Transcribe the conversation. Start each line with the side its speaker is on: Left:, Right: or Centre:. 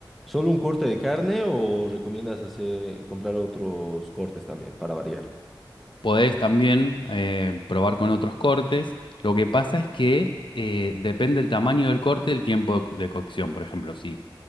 Centre: ¿Solo un corte de carne o recomiendas hacer, comprar otros cortes también para variar?
Left: Podés también eh, probar con otros cortes. Lo que pasa es que eh, depende del tamaño del corte, el tiempo de, co- de cocción. Por ejemplo, si,